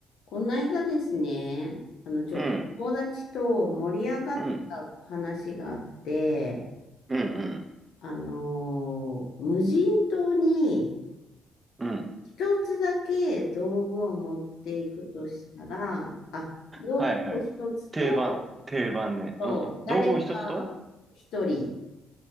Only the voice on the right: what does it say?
うん、うん、うん、うん、
うん。
はいはい。定番、定番ね。
うん。道具を一つと